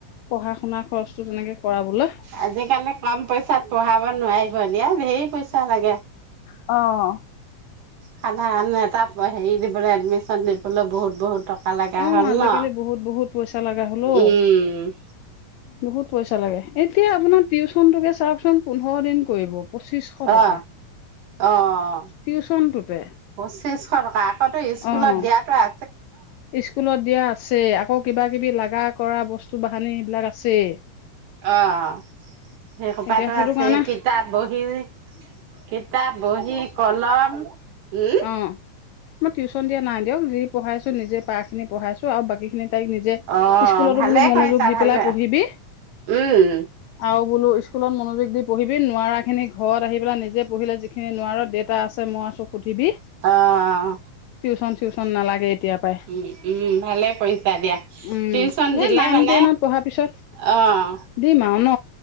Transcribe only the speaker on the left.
পঢ়া শুনাৰ খৰচটো তেনেকে কৰাবলে।
অ',
অ',
আজিকালি
বহুত বহুত পইচা লগা হ'ল অ'।
বহুত পইচা লাগে, এতিয়া আপোনাৰ টিউচনতোকে চাওঁকচোন পোন্ধৰ দিন কৰিব। পঁচিছশ টকা।
টিউচনটোতে
অ'।
স্কুলত দিয়া আছে, আকৌ কিবা কিবি লাগা কৰা বস্তু বাহানি এইবিলাক আছে এই।
এতিয়া সেইটো
কাৰণে
অহ' মই টিউচন দিয়া নাই দিয়ক। যি পঢ়াইছো নিজে পাৰা খিনি পঢ়াইছো, আৰু বাকী খিনি তাইক নিজে
স্কুলতো
বোলো মনোযোগ
দি
পেলাই পঢ়িবি,
আৰু। বোলো স্কুলত মনোযোগ দি পঢ়িবি নোৱাৰাখিনি ঘৰত আহি পেলাই নিজে পঢ়িলে যিখিনি নোৱাৰা দেটা আছে মই আছোঁ। সুধিবি,
টিউচন চিউচন নালাগে এতিয়া পাই
উম
এ
নাইন
টেনত পঢ়াৰ পিছত
দিম আৰু ন